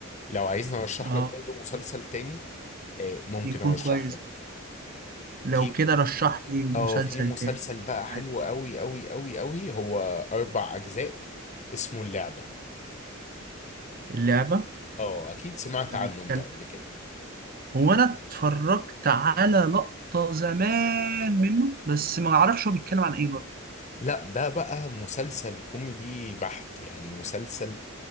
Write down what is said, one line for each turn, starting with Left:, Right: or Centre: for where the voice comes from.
Left: لو عايزني ارشح
Right: اه
Left: لك برضه مسلسل تاني آه، ممكن
Right: يكون
Left: ارشح
Right: كويس
Left: لك
Right: برضه لو
Left: في
Right: كده رشح لي مسلسل
Left: اه في مسلسل
Right: تاني برضه
Left: بقى
Right: معاك
Left: حلو قوي قوي قوي قوي هو اربع اجزاء اسمه اللعبة
Right: اللعبة
Left: اه اكيد سمعت
Right: ده
Left: عنه
Right: بيتكلم
Left: انت قبل كده
Right: هو انا اتفرجت على لقطة زمان منه بس ما اعرفش هو بيتكلم عن ايه برضه
Left: لا ده بقى مسلسل كوميدي بحت يعني مسلسل